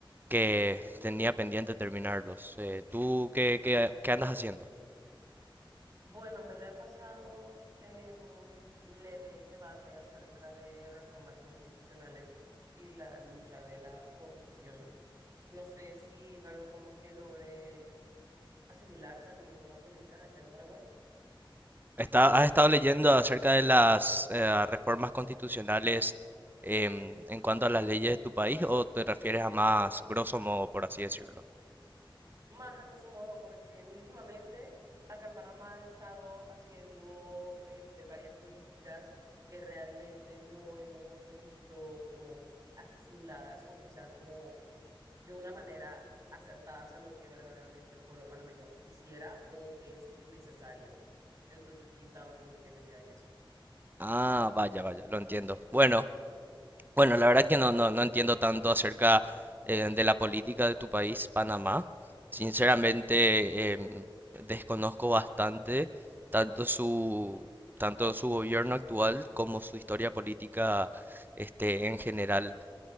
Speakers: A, on the right; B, on the right.
A: que tenía pendiente terminarlos. Eh, ¿tú qué, qué- qué andas haciendo?
B: Bueno, me la he pasado en un leve debate acerca de reformas constitucionales y la lucha de la corrupción. No sé si es algo como que logré asimilarse a cómo son las políticas allá en Paraguay.
A: Está- ¿has estado leyendo acerca de las eh, reformas constitucionales em, en cuanto a las leyes de tu país o te refieres a más grosso modo, por así decirlo?
B: más a grosso modo, porque últimamente acá en Panamá han estado haciendo este, varias políticas que realmente no hemos visto como asimiladas o que sean como de una manera acertadas a lo que verdaderamente el pueblo panameño quisiera o que es necesario. Entonces sí he estado como que metida en eso.
A: Ah, vaya, vaya, lo entiendo. Bueno. Bueno, la verdad que no, no, no entiendo tanto acerca eh, de la política de tu país, Panamá. Sinceramente, em, desconozco bastante tanto su, tanto su gobierno actual como su historia política este, en general.